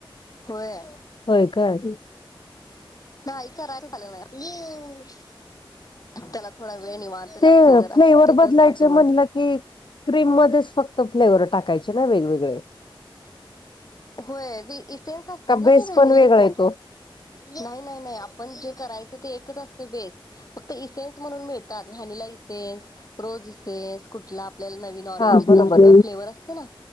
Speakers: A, on the left; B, on the left.
A: होय
B: होय काय
A: नाही करायच झालं नाही त्याला थोडा वेळ निवांत लागतोय
B: ते
A: जरा
B: फ्लेवर
A: त्याच्याच
B: बदलायचे
A: पाठी मग
B: म्हणल की की क्रीम मध्येच फक्त फ्लेवर टाकायचे ना वेगवेगळे
A: होय इसेन्स असतात
B: का
A: ना
B: बेस
A: ते व्हॅनीला
B: पण वेगळा
A: इसेन्स
B: येतो.
A: नाही नाही नाही आपण जे करायचं ते एकच ते बेस्ट फक्त इसेन्स म्हणून मिळतात व्हॅनीला इसेन्स रोजस कुठ आपल्याला नवीन ऑरेंज
B: हा बरोबर
A: अस का फ्लेवर असते ना